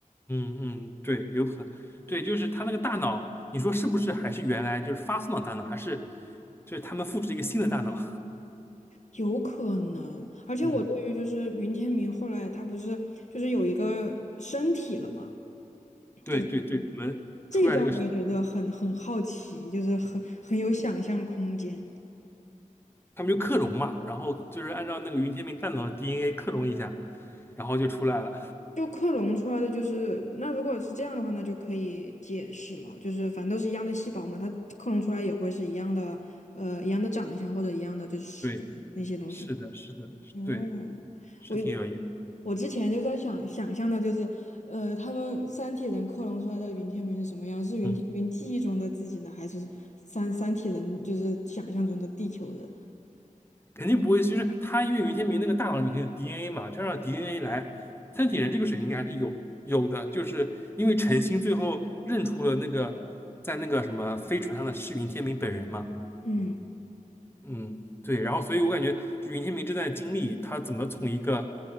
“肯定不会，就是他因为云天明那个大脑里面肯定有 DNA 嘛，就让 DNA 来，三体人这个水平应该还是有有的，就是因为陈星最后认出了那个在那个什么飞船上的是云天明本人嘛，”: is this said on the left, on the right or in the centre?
Left